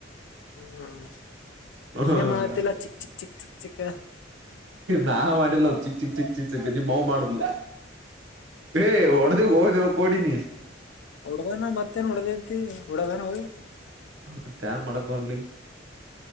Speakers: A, on the left; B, on the right.
A: ಹ್ಮ್ ನೀನೇ
B: ಹ
A: ಮಾತಿಲ್ಲ ಚಿಕ್ ಚಿಕ್ ಚಿಕ್ ಚಿಕ್ ಚಿಕ್
B: ನಾ ಮಾಡಿಲ್ಲ ಚಿಕ್ ಚಿಕ್ ಚಿಕ್ ಚಿಕ್ ಚಿಕ್ ನಿಮ್ಮವ್ವ ಮಾಡಿದ್ಲು. ಏ ಹೊಡವೊ ನಿನ್ ಕೊಡಿನಿ.
A: ಹೂಡಾದೆನಾ ಮತ್ತೇನ್ ಹೊಡ್ದಂತಿ ಹೊಡದೇನ ಹೋಗಿ.
B: <unintelligible> ನ್ ಮಾಡಕ್ ಬರ್ಲಿ